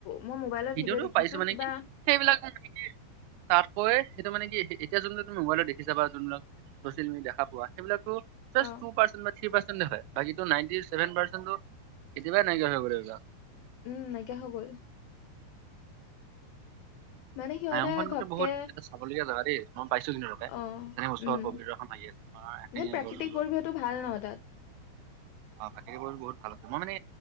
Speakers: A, on the left (about 85°); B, on the right (about 85°).
A: মই মোবাইলত
B: ভিডঅটো
A: ভিডিঅ' দেখিছো
B: পাইছো মানে
A: কিবা
B: কি সেইবিলাক মানে নেকি তাতকৈ সেইটো মানে কি এতিয়া যোনটো তুমি মোবাইলত দেখিছা যোনবিলাক চচিয়েল মিডিয়া দেখা পোৱা সেইবিলাক টু
A: অ
B: পাৰ্চট থ্ৰী পাৰ্চ কেতিয়াই নাইকিয়া হৈ ক
A: উম নাইকিয়া হৈ গ'ল মানে সিহঁতে
B: নায়ংখনতো
A: ঘপকে
B: বহুত এটা চাবলগীয়া য দেই মই পাইছো তিনিটকে
A: অ
B: যেনেক ওচৰত
A: উম
B: পবিত্ৰ এখন লাগি আছে তোমাৰ এহিঙীয়া
A: নে প্ৰাকৃতিক
B: গড়
A: পৰিৱেশটো ভাল ন তাত
B: অ বাকে বহুত ভাল আছে মই মানে